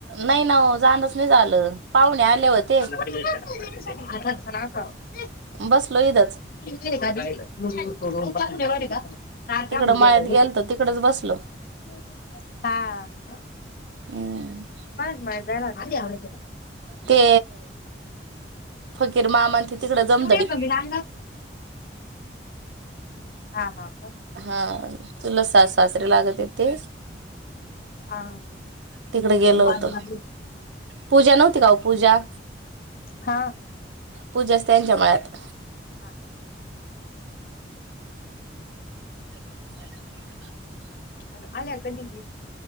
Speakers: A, on the right; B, on the left.
A: नाही ना ओ जाणच नाही झालं पाहुणे आले होते.
B: <unintelligible> <unintelligible>
A: बस लहिदाचं.
B: <unintelligible> का का
A: तिकडं मळ्यात गेलतो तिकडच बसलो
B: <unintelligible> हा
A: हम्म.
B: काय आज मळ्यात? <unintelligible>
A: ते फकीर मामन ते तिकड जमदडीत
B: एवढ्या कमी
A: <inaudible>
B: लागला हा, हा. का
A: हा तुलास स सासरे लागतेत ते.
B: हा
A: तिकडे गेल होतो
B: बाजूला आपली
A: पूजा नव्हती का पूजा
B: हा
A: पूजा असते त्यांच्या मात
B: हा.
A: <unintelligible>
B: ह आल्या कधी घी